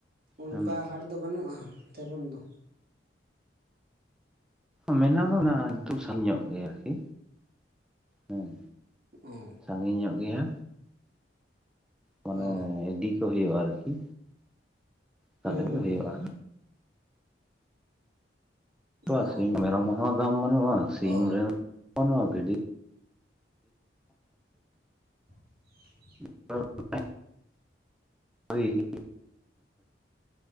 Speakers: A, on the right; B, in the centre.
A: ᱚᱱᱠᱟ
B: ᱦᱮᱸ
A: ᱦᱟᱴ ᱫᱚ ᱵᱟᱹᱱᱩᱜᱼᱟ ᱛᱮᱢᱚᱱ ᱫᱚ᱾
B: ᱢᱮᱱᱟᱜ ᱫᱚ ᱢᱮᱱᱟᱜᱼᱟ ᱤᱱᱛᱩ ᱥᱟᱞ ᱧᱚᱜ ᱜᱮᱭᱟ ᱟᱨᱠᱤ ᱦᱮᱸ‌᱾
A: ᱦᱩᱸ ᱩᱸ
B: ᱥᱟᱸᱜᱤᱧ ᱧᱚᱜ ᱜᱮᱭᱟ᱾ ᱢᱟᱱᱮ
A: ᱚ
B: ᱤᱰᱤ ᱠᱚ ᱦᱩᱭᱩᱜᱼᱟ ᱟᱨᱠᱤ ᱛᱟᱦᱚᱞᱮ
A: ᱦᱩᱸ ᱦᱩᱸ
B: ᱜᱮ ᱦᱩᱭᱩᱜᱼᱟ
A: ᱦᱩᱸ
B: ᱛᱚᱣᱟ
A: ᱚ
B: ᱥᱤᱢ ᱢᱮᱨᱚᱢ ᱦᱚᱸ ᱫᱟᱢ ᱵᱟᱹᱱᱩᱜᱼᱟ ᱥᱤᱢ
A: ᱚ
B: ᱨᱮᱦᱚᱸ ᱵᱟᱹᱱᱩᱜᱼᱟ ᱵᱷᱤᱰᱤ
A: <inaudible>
B: <unintelligible>